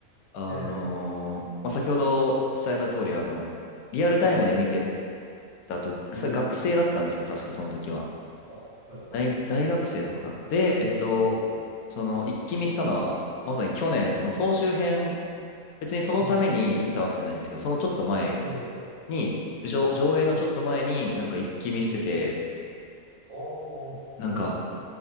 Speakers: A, on the left (about 85°); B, on the right (about 65°).
A: あのーまあ、
B: え、ええ、
A: 先ほど伝えた通り、あの、リアルタイムで見て
B: うん、
A: たとき、
B: うん、
A: それ学生だったんですけど、
B: うん。
A: 確かその時は。
B: あ、はい、はい、
A: 大、
B: はい。
A: 大学生とかかな。で、えっと、
B: うん、
A: その、一気見したのは、まさに去年、
B: はい、
A: その総集編、別にそのために見たわけじゃないんですけど、
B: うん、
A: そのちょっと前
B: ええ、
A: に、上、上映のちょっと前に、
B: うん、
A: なんか一気見してて、
B: うん。ああ、そうなんですね。
A: なんか、